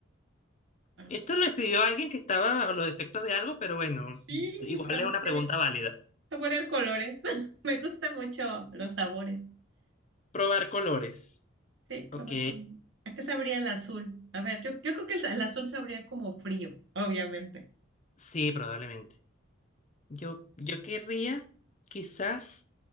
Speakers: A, on the right (about 65°); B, on the left (about 35°).
A: Ah,
B: Esto lo escribió alguien que estaba bajo los efectos de algo, pero bueno,
A: Sí,
B: igual
A: saborear,
B: es una pregunta válida.
A: saborear colores. <laughs> Me gusta mucho los sabores.
B: Probar colores.
A: Sí, probar
B: Ok,
A: con... ¿A qué sabría el azul? A ver, yo, yo creo que el, el azul sabría como frío, obviamente.
B: sí, probablemente. Yo, yo querría quizás